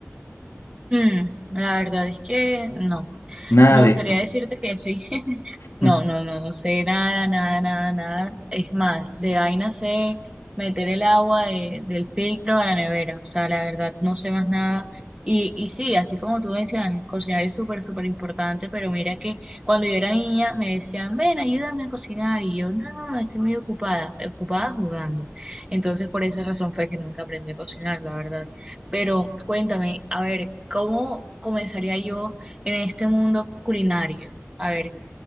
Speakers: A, on the right (about 20°); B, on the left (about 60°).
A: Mm, la verdad es que no,
B: nada
A: me gustaría
B: de eso.
A: decirte que sí. <laughs>
B: <laughs>
A: No, no, no, no sé nada, nada, nada, nada. Es más, de vaina sé meter el agua de- del filtro a la nevera. O sea, la verdad, no sé más nada. Y, y sí, así como tú mencionas, el cocinar es súper, súper importante, pero mira que cuando yo era niña me decían, ven, ayúdame a cocinar. Y yo, no, estoy muy ocupada, ocupada jugando. Entonces, por esa razón fue que nunca aprendí a cocinar, la verdad. Pero cuéntame, a ver, ¿cómo comenzaría yo en este mundo culinario? A ver,